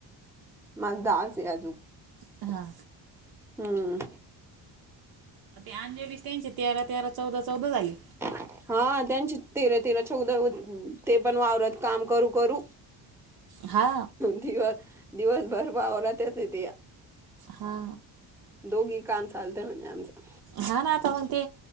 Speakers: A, in the centre; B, on the right.
A: माझ दास ये हजु
B: हा
A: हम्म
B: ते अंजली त्यांचे तेरा तेरा चौदा चौदा झाले
A: हा त्यांची तीर तिर छोक ते पण वावरत काम करू करू
B: हा
A: दिव दिवसभर पावनाातच नाही ते
B: हा
A: दोघी काम चालते म्ह आमचा
B: हा ना आता मग ते